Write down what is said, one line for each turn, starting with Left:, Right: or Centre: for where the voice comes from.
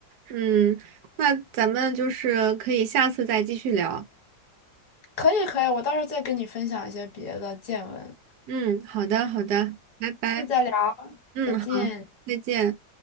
Right: 嗯，那咱们就是可以下次再继续聊。
Left: 可以，可以，我到时候再跟你分享一些别的见闻。下
Right: 嗯，好的，好的，拜拜。
Left: 次再聊，
Right: 嗯，
Left: 再见。
Right: 好，再见。